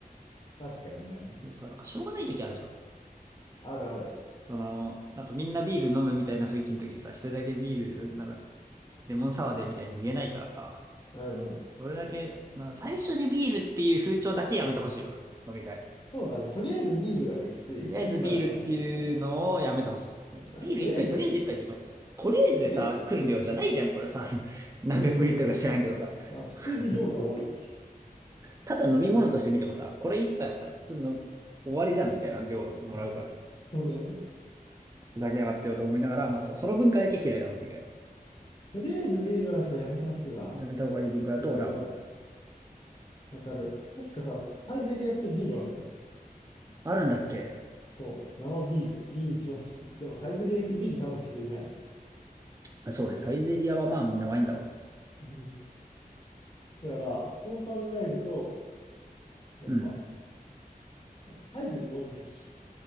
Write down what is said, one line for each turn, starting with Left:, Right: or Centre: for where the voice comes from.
Left: 確かにね。
Right: でもさ、なんかしょうがない時あるじゃん。
Left: あるある。
Right: その、なんかみんなビール飲むみたいな雰囲気の時にさ、一人だけビール、なんか、レモンサワーでみたいに言えないからさ、
Left: うんうん。
Right: それだけ、その、最初にビールっていう風潮だけやめてほしいわ。飲み会。
Left: そうだね。とりあえずビールがね、きつい。
Right: とりあえずビールっていうのをやめてほしい。
Left: 一杯割っててもね。うん、
Right: ビール一杯、
Left: とりあえず、
Right: とりあえず一杯ってとりあえずでさ、
Left: とりあえず、
Right: 来る量じゃないじゃん、これさ。<laughs> 何百ミリリットルか知らんけどさ。
Left: そうそうそうそうそう。あの、普通に量が多い。
Right: <laughs> ただ飲み物として見てもさ、これ一杯あったら普通の終わりじゃんみたいな量もらうからさ。
Left: うんそうだね。
Right: ふざけやがってよと思いながら、まあそ、その文化だけ嫌いだ、飲み会。
Left: とりあえずビールはそうやめてほしいわ。
Right: やめた方がいい文化だと俺は思う。
Left: それわかる。わかる。確かさ、サイゼリアってビールあるんだよ。
Right: あるんだっけ
Left: そう。生ビール。キリン一番搾り。でもサイゼリア行ってビール頼む人いない。
Right: あそうね、サイゼリアはまあみんなワインだろ
Left: うんだから、そう考えると、やっぱ、
Right: うな。
Left: やっぱサイズで飲むべき。